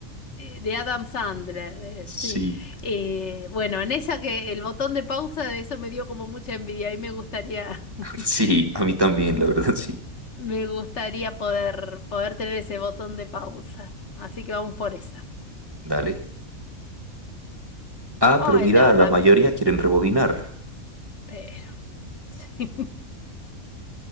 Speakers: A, on the left; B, on the right.
A: Eh, De Adam Sandler, eh,
B: Sí,
A: sí. Eh, bueno, en esa que el botón de pausa de eso me dio como mucha envidia y me gustaría, <laughs>
B: <laughs> sí, a mí también,
A: m-
B: la verdad, sí.
A: me gustaría poder, poder tener ese botón de pausa. Así que vamos por esa.
B: Dale. Ah,
A: Ay,
B: pero mira,
A: no, la...
B: la mayoría
A: m-
B: quieren rebobinar.
A: Pero, <laughs> sí.